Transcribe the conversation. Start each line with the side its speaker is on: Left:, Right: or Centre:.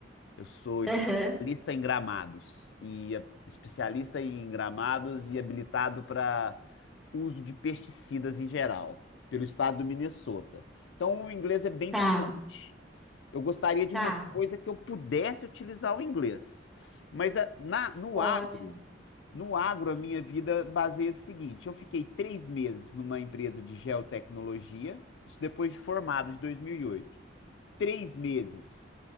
Left: eu sou especialista
Centre: Aham.
Left: em gramados, e a- especialista em gramados e habilitado para uso de pesticidas em geral, pelo estado do Minnesota. Então, o inglês é bem
Centre: Tá,
Left: fluente. Eu gostaria de
Centre: tá,
Left: uma coisa que eu pudesse utilizar o inglês. Mas a- na, no
Centre: ótimo.
Left: agro, no agro, a minha vida baseia-se no seguinte: eu fiquei três meses numa empresa de geotecnologia, isso depois de formado, de 2008. Três meses